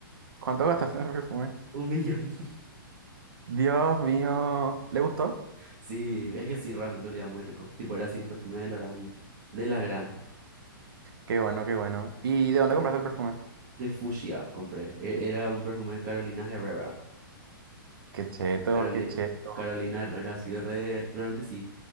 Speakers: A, on the right; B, on the right.
A: ¿Cuánto gastaste en el perfume?
B: un millón. <laughs>
A: Dios mío, ¿le gustó?
B: Sí, es que sí, realmente olía muy rico. Tipo, era así un perfume de la gran, de la gran,
A: Qué bueno, qué bueno. ¿Y de dónde compraste el perfume?
B: de fucsia compré. E- Era un perfume de Carolina Herrera.
A: Qué cheto,
B: Carolina,
A: qué cheto.
B: Carolina Herrera, sí, re- realmente sí.